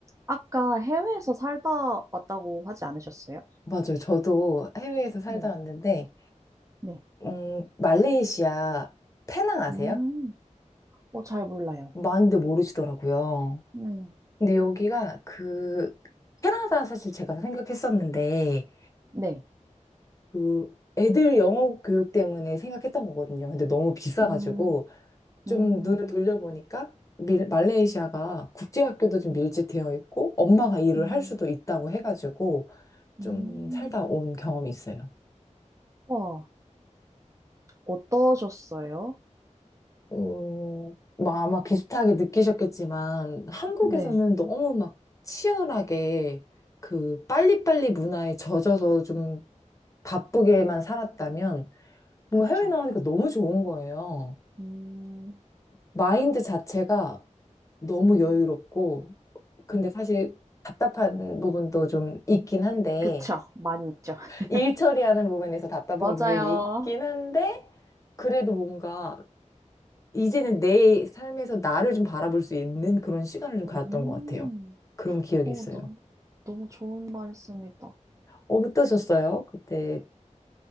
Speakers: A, on the right (about 25°); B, on the left (about 25°).
A: 아까 해외에서 살다 왔다고 하지 않으셨어요?
B: 맞아요. 저도 해외에서 살다
A: 네,
B: 왔는데,
A: 네.
B: 음, 말레이시아 페낭 아세요?
A: 음, 어, 잘 몰라요.
B: 많이들 모르시더라고요.
A: 네,
B: 근데 여기가 그, 캐나다 사실 제가 생각했었는데,
A: 네.
B: 그 애들 영어 교육 때문에 생각했던 거거든요. 근데 너무 비싸가지고,
A: 음,
B: 좀
A: 음,
B: 눈을 돌려보니까, 밀- 말레이시아가 국제학교도 좀
A: 네.
B: 밀집되어 있고, 엄마가 일을
A: 음,
B: 할 수도 있다고 해가지고, 좀
A: 음.
B: 살다 온 경험이 있어요.
A: 와, 어떠셨어요?
B: 어, 막 아마 비슷하게 느끼셨겠지만 한국에서는
A: 네,
B: 너무 막 치열하게 그 빨리빨리 문화에 젖어서 좀 바쁘게만 살았다면 뭔가
A: 그쵸.
B: 해외 나오니까 너무 좋은 거예요.
A: 음,
B: 마인드 자체가 너무 여유롭고 근데
A: 음.
B: 사실 답답한 부분도 좀 있긴 한데
A: 그쵸. 많이 있죠. <laughs>
B: 일 처리하는 부분에서 답답한
A: 맞아요.
B: 부분이 있긴 한데 그래도 뭔가 이제는 내 삶에서 나를 좀 바라볼 수 있는 그런 시간을 좀
A: 음,
B: 가졌던 것 같아요. 그런 기억이
A: 너무,
B: 있어요.
A: 너무, 너무 좋은 말씀이다.
B: 어, 어떠셨어요? 그때